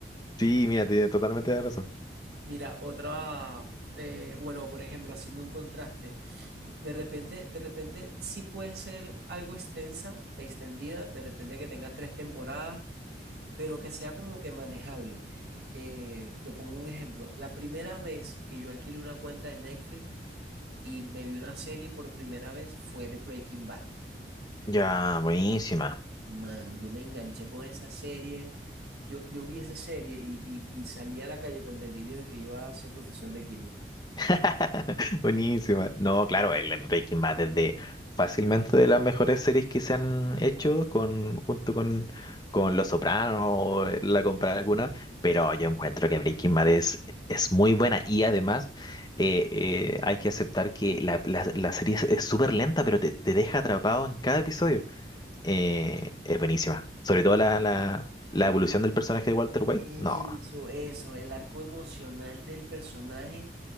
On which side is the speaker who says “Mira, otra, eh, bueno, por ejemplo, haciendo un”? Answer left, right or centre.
Right